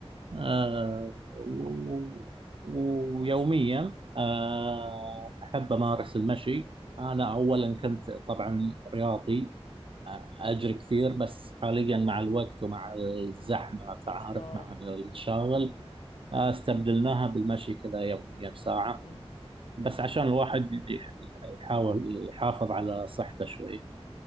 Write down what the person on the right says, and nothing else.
آه
و- و- ويوميا آه أحب أمارس المشي أنا أولا كنت طبعا رياضي آه، أجري كثير بس حاليا مع الوقت ومع الزحمة تعارف
مع المشاغل آه، استبدلناها بالمشي كذا يوميا ساعة
بس عشان الواحد يح- يحاول يحافظ على صحته شوي